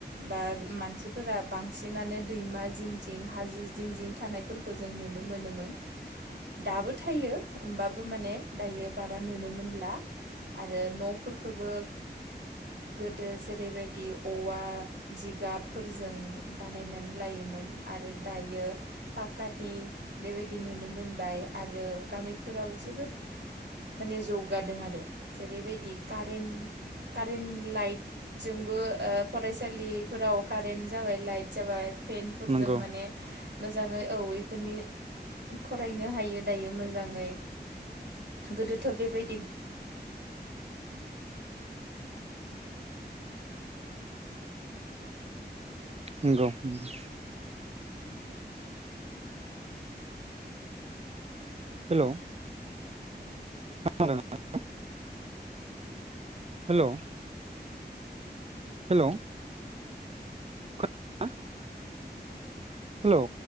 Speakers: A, on the right (about 85°); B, on the right (about 35°).
A: बा मानसिफोरा बांसिनानो दैमा जिं जिं हाजो जिं जिं थानायफोरखौ जों नुनो मोनोमोन दाबो थायो होमबाबो माने दायो बारा नुनो मोनला आरो नफोरखोबो गोदो जेरैबायदि औवा जिगाबफोरजों बानायनानै लायोमोन आरो दायो पाकानि बेबायदि नुनो मोनबाय आरो गामिफोराव जोबोद माने जौगादों आरो जेरैबायदि कारेन्ट कारेन्ट लाइटजोंबो फरायसालिफोराव कारेन्ट जाबाय लाइट जाबाय पेेनफोरजों
B: नंगौ
A: माने मोजाङै औ इफोरनि फरायनो हायो दायो मोजाङै गोदोथ' बेबायदि
B: नंगौ नंगौ हेलौ खोनादों ना <unintelligible> हेलौ हेलौ <unintelligible> हेलौ